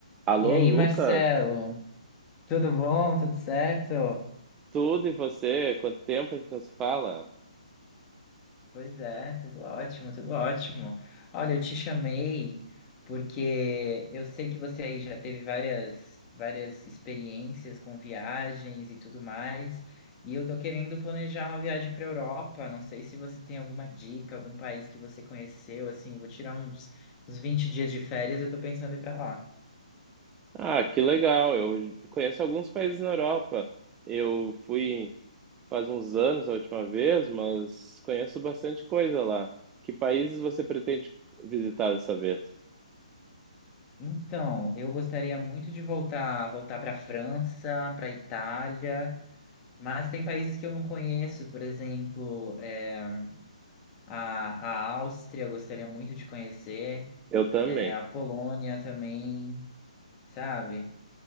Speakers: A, on the right; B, on the left.
A: Alô,
B: E aí,
A: Lucas,
B: Marcelo, tudo bom? Tudo certo?
A: tudo e você? Quanto tempo a gente não se fala?
B: Pois é, tudo ótimo, tudo ótimo. Olha, eu te chamei porque eu sei que você aí já teve várias, várias experiências com viagens e tudo mais, e eu tô querendo planejar uma viagem para Europa. Não sei se você tem alguma dica, algum país que você conheceu, assim, eu vou tirar uns, uns 20 dias de férias, e eu tô pensando em ir para lá.
A: Ah, que legal. Eu conheço alguns países na Europa. Eu fui faz uns anos a última vez, mas conheço bastante coisa lá. Que países você pretende visitar dessa vez?
B: Então, eu gostaria muito de voltar, voltar para a França, para a Itália, mas tem países que eu não conheço, por exemplo, é, a, a Áustria, eu gostaria muito de conhecer,
A: Eu também.
B: é, a Polônia também, sabe?